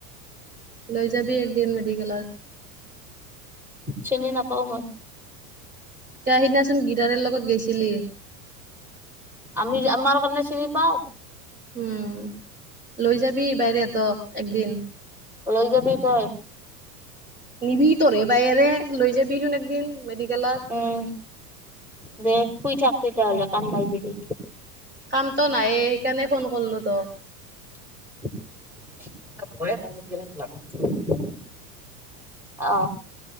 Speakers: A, on the right (about 20°); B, in the centre.
A: লৈ যাবি একদিন মেডিকেলত
B: চিনি নাপও মই
A: তে সিদিনাচোন গিটাৰৰ লগত গৈছিলি
B: আমি আমাৰ কাৰণে চিনি পাও
A: উম লৈ যাবি বাইৰেত একদিন
B: লৈ যাবি তই
A: নিবি তৰে বায়েৰে লৈ যাবিচোন একদিন মেডিকেলত
B: উম দে শুই থাক তেতিাহ'লে কান নাই দিবি
A: কামটো নাইে সেইকাৰণে ফোন কৰিলো তো
B: <unintelligible> আহ